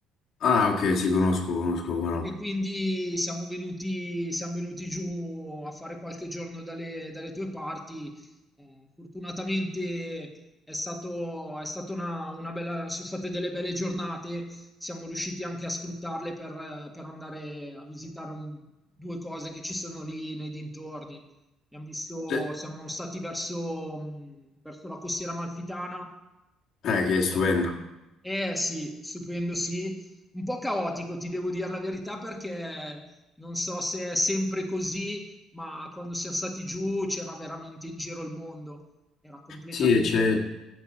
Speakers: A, on the left; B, in the centre.
A: Ah, ok, sì, conosco, conosco, come no.
B: E quindi siamo venuti, siamo venuti giù a fare qualche giorno dalle, dalle tue parti. Eh, fortunatamente è stato, è stata una, una bella, sono state delle belle giornate, siamo riusciti anche a sfruttarle per, per andare a visitare un- due cose che ci sono lì nei dintorni. Abbiamo visto,
A: Sì. Eh,
B: siamo stati verso, mh, verso la costiera amalfitana,
A: che
B: poi
A: è stupenda.
B: siamo, eh sì, stupendo sì, un po' caotico, ti devo dire la verità, perché non so se è sempre così, ma quando siamo stati giù c'era veramente in giro il mondo, era completamente
A: Sì, e c'è